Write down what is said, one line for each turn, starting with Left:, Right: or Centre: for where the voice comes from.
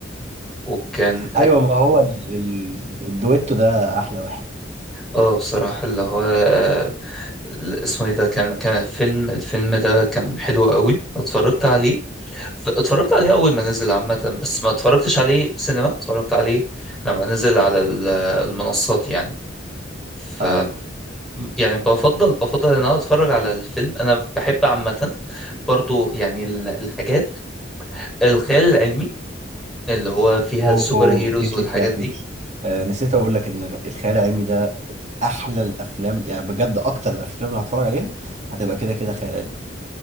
Centre: وكان
Right: أيوه ما هو ال- ال- الدويتو ده أحلى واحد
Centre: اه بصراحة اللي هو آه، اسمه ايه ده كان كان الفيلم الفيلم ده كان حلو قوي اتفرجت عليه ف- اتفرجت عليه اول ما نزل عامة بس ما اتفرجتش عليه سينما اتفرجت عليه لما نزل على ال- المنصات يعني ف
Right: أيوه
Centre: يعني بفضل بفضل ان انا اتفرج على الفيلم انا بحب عامة برضو يعني ال- الحاجات الخيال العلمي اللي هو فيها
Right: اوه
Centre: السوبر هيروز
Right: جيت
Centre: والحاجات
Right: لي في لعبتي
Centre: دي
Right: آه نسيت اقول لك ان الخيال العلمي ده احلى الافلام يعني بجد اكتر الافلام اللي هتفرج عليها هتبقى كده كده خيال علمي